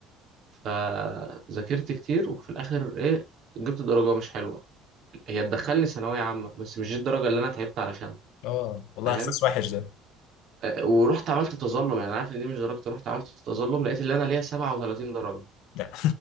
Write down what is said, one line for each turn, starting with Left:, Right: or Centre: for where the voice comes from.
Right: فذاكرت كتير وفي الآخر إيه جبت درجة مش حلوة هي تدخلني ثانوية عامة بس مش دي الدرجة اللي أنا تعبت علشانها
Left: اه والله
Right: فاهم
Left: احساس وحش ده
Right: أه، ورحت عملت تظلم يعني أنا عارف إن دي مش درجتي رحت عملت تظلم لقيت اللي أنا ليا 37 درجة
Left: لا